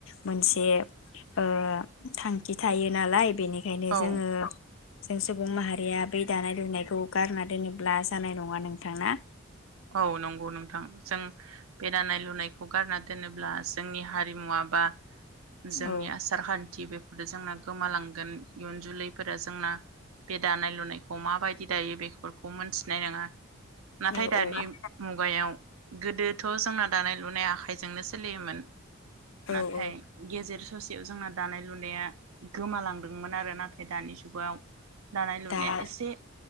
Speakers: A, on the left (about 70°); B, on the right (about 80°).
A: मोनसे ओ थांखि थायो नालाय बेनिखायनो
B: औ
A: जोङो जों सुबुं माहारिया बै दानाय लुनायखौ गारना दोनोब्ला जानाय नङा नों थां ना
B: औ नंगौ नोंथां जों बे दानाय लुनायखौ गारना दोनोब्ला जोंनि हारिमुवा बा जोंनि
A: औ
B: आसारखान्थि बे जोंना गोमालांगोन इयुन जोलैफोरा जोंना बे दानाय लुनायखौ माबायदि दायो बेखौ फोरखौ मोनथिनाय नङा नाथाय
A: औ
B: दानि
A: औ
B: मुगायाव गोदोथ' जोंना दानाय लुनाय आखाइजोंनो सोलियोमोन
A: औ
B: नाथाय
A: औ
B: गेजेर ससे जोंना दानाय लुनाया गोमालांदोंमोन आरो नाथाय दानि जुगाव दानाय लुनाया
A: दा
B: एसे